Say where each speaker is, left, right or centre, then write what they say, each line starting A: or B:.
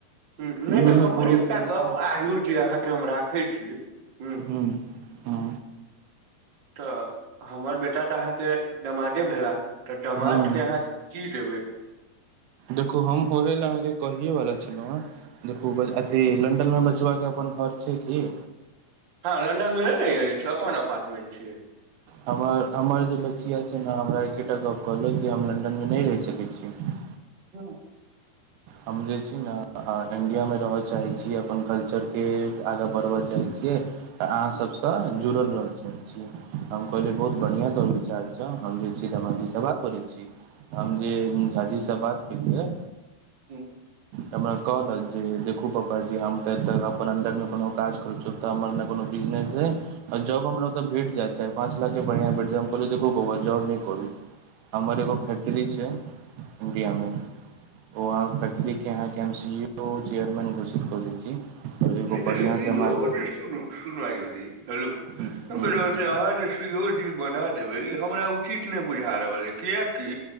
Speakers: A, on the right; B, on the right.
A: हूं नै तऽ
B: दुनू
A: हमर
B: गुरुजी
A: एकटा
B: एथिन
A: गप आरो जे अहां जे हम राखै छी, हूं
B: हूँ हँ
A: तऽ हमर बेटा तऽ अहाँके नमादे भेला? तऽ दमादके
B: हँ हँ
A: अहाँ की देबै?
B: देखू हम ओहे ले अहांके कहियै वला छलौ हें, देखू बन अथी लंडन में बचवा के अपन घर छै कि?
A: हां लंन्दनमे नै रहे जाए छै अपन अपार्टमेन्ट छै।
B: हमर हमर जे बच्चिया छै नै हमरा एकेटा गप कहलक जे हम लन्दनमे नै रह सकै छीयै।
A: हुं।
B: हम जे छी नै इंडिया मे रहय चाहे छीयै अपन कल्चर के आगा बढ़बय चाहे छीयै अहाँ
A: ह
B: सबसे जुड़ल रहा छीयै, हम कहलियै बहुत बढ़िया तौहर विचार अच्छा हम जाए छीयै दमादजी से बात करै छीयै, हम जे झाजी से बात केलियै
A: हूँ।
B: हमरा कहलक जे देखू पापाजी हम तऽ एतऽ अपन अन्दरमे कोनो काज करू चु तऽ हमर नै कोनो बिजनेस है। आ जॉब हमरा ओतऽ भेट जेएत चैर पाँचटा के बढ़िआँ भेट जाय हम कहलियै देखू बौआ जॉब नै करू। हमर एगो फैक्ट्री छै इण्डिया
A: ह
B: मे। ओ आब फैक्ट्री के आहाँके M C E O chairman घोषित कऽ दैत छी। कहलियै एगो
A: नहि तऽ
B: बढ़िआं सँ हमरा।
A: <unintelligible> <unintelligible> बना
B: हुं हुं
A: देबै ई हमरा उचित नै बुझा रहल है कियकि।